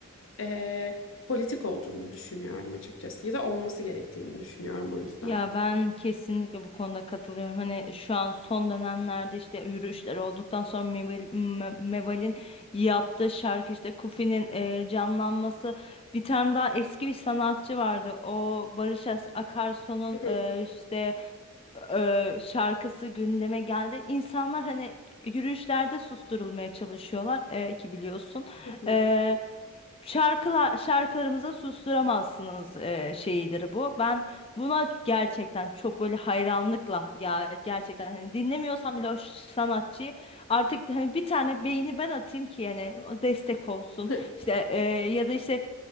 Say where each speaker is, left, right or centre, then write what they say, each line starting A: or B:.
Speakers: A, on the left; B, on the left.
A: e, politik olduğunu düşünüyorum açıkçası. Ya da olması gerektiğini düşünüyorum o yüzden.
B: Ya ben kesinlikle bu konuda katılıyorum. Hani şu an son dönemlerde işte yürüyüşler olduktan sonra Mebel- Me- Mebal'in yaptığı şarkı işte Kufi'nin e, canlanması. Bir tane daha eski bir sanatçı vardı. O Barış As- Akarsu'nun
A: Hı hı,
B: e, işte e, şarkısı gündeme geldi. İnsanlar hani yürüyüşlerde susturulmaya çalışıyorlar e, ki biliyorsun.
A: hı
B: E, Şarkılar, şarkılarımıza susturamazsınız e, şeyidir bu. Ben buna gerçekten çok böyle hayranlıkla ya gerçekten hani dinlemiyorsam bile o ş- sanatçıyı artık hani bir tane beğeni ben atayım ki yani o destek olsun.
A: hı. <laughs>
B: İşte e, ya da işte